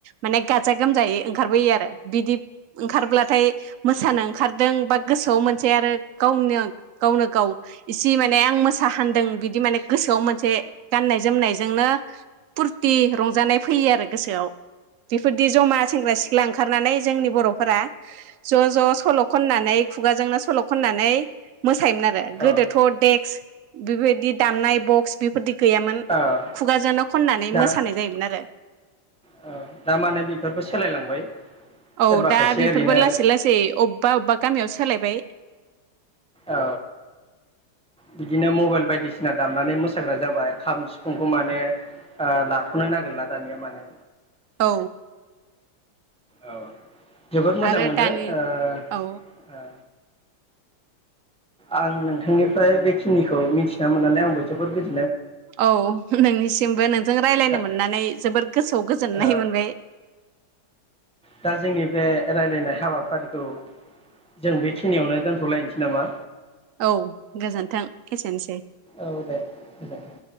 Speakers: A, on the right (about 75°); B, in the centre.
A: माने गाजा गोमजायै ओंखारबोयो आरो बिदि ओंखारब्लाथाय मोसानो ओंखारदों बा गोसोआव मोनसे आरो गावनो गावनो गाव इसे माने आं मोसा हान्दों बिदि माने गोसोआव मोनसे गाननाय जोमनायजोंनो <unintelligible> रंजानाय फैयो आरो गोसोआव बेफोरदि जमा सेंग्रा सिख्ला ओंखार खारनानै जोंनि बर'खौ फोरा ज' ज' सल' खननानै खुगाजोंनो सल' खननानै मोसायोमोन आरो गोदोथ'
B: औ
A: देक्स बेबायदि दामनाय बक्स बेफोरदि गैयामोन
B: औ
A: खुगाजोंनो खन्नानै
B: दा
A: मोसा <unintelligible>
B: औ दा माने बेफोरखौ सोलायलांबाय सोरबा
A: औ दा
B: खायसेया
A: बेफोरबो
B: ओरैनो
A: लासै लासै अबेबा अबेबा गामियाव सोलायबाय- बे
B: औ बिदिनो मबाइल बायदिसिना दामनानै मोसाग्रा जाबाय खाम सिफुंखौ माने लाथ'नो नागिरला दानिया माने
A: औ
B: औ जोबोद मोजां
A: आरो
B: मोनदों
A: दानि
B: ओ
A: औ
B: आं नोंथांनिफ्राय बेखिनिखौ मिथिना मोननानै आंबो जोबोद गोजोन
A: औ नोंनिसिमबो नोंजों रालायनो
B: दा
A: मोननानै जोबोर गोसोआव गोजोननाय
B: ओ
A: मोनबाय
B: दा जोंनि बे रायज्लायनाय हाबाफारिखौ जों बेखिनियावनो दोनथ'लायनोसै नामा
A: औ गोजोन्थों एसेनोसै
B: औ दे गोजोनथों